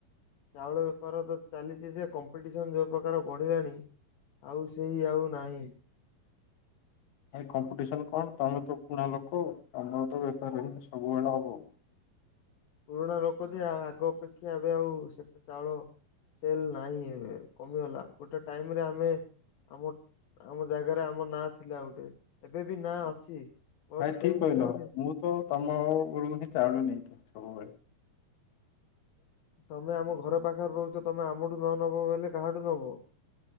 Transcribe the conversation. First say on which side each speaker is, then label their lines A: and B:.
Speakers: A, on the left; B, on the left.
A: ଚାଉଳ ବେପାର ତ ଚାଲିଛି ଯେ କମ୍ପିଟିସନ୍ ଯେଉଁ ପ୍ରକାର ବଢ଼ିଲାଣି ଆଉ ସେଇ ଆଉ ନାହିଁ
B: ଭାଇ କମ୍ପିଟିସନ କଣ ତମେ ତ ପୁଣା ଲୋକ ତମର ତ ବେପାର ହ ସବୁବେଳେ ହବ
A: ପୁରୁଣା ଲୋକ ଯେ ଆଗ ଅପେକ୍ଷା ଏବେ ଆଉ ସେତେ ଚାଉଳ ସେଲ ନାହିଁ ଏବେ କମିଗଲା ଗୋଟେ ଟାଇମରେ ଆମେ ଆମ ଆମ ଜାଗାରେ ଆମ ନାଁ ଥିଲା ଗୋଟେ ଏବେ ବି ନାଁ ଅଛି ବଟ
B: ଭାଇ
A: ସେଇ
B: ଠିକ କହିଲ
A: ହିସାବରେ
B: ମୁଁ ତ ତମ <unintelligible> ଏତେ ସବୁରେ
A: ତମେ ଆମ ଘର ପାଖରେ ରହୁଛ ତମେ ଆମଠୁ ନ ନବ ବଲେ କାହାଠୁ ନବ?